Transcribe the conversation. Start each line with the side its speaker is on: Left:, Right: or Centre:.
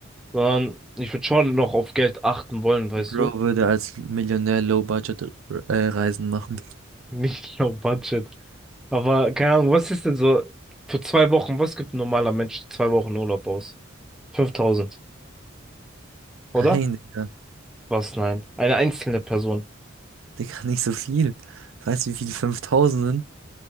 Centre: sondern ich würde schon noch auf Geld achten wollen, weißt
Right: Bro
Centre: du?
Right: würde als Millionär Low-Budget-Reisen machen.
Centre: Nicht low budget. Aber keine Ahnung, was ist denn so für zwei Wochen, was gibt ein normaler Mensch zwei Wochen Urlaub aus? 5000, oder?
Right: Nein, Digga.
Centre: Was? Nein. Eine einzelne Person.
Right: Digga, nicht so viel. Weißt du, wie viel 5000 sind?